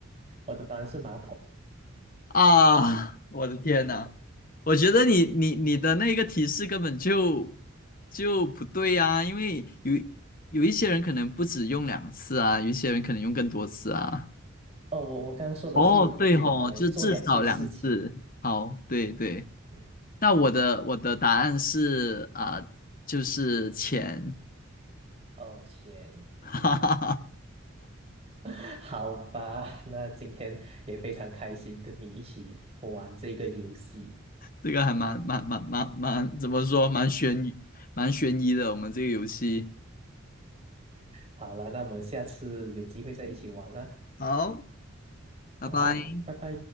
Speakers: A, on the right (about 30°); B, on the left (about 45°).
A: 我的答案是马桶。
B: 啊，我的天呐，我觉得你你你的那个提示根本就就不对啊，因为有有一些人可能不止用两次啊，有一些人可能用更多次啊。
A: 哦，我我刚刚说的是可以拿来做两件事情。
B: 哦，对吼，就至少两次。好，对对。
A: 嗯，
B: 那我的我的答案是啊、就是钱，
A: 哦，钱，
B: <laughs> 哈哈哈，
A: <laughs> 好吧，那今天也非常开心跟你一起玩这个游戏。
B: 这个还蛮蛮蛮蛮蛮怎么说，蛮悬疑蛮悬疑的，我们这个游戏。
A: 好了，那我们下次有机会再一起玩啦。
B: 好，拜拜。
A: 好，拜拜。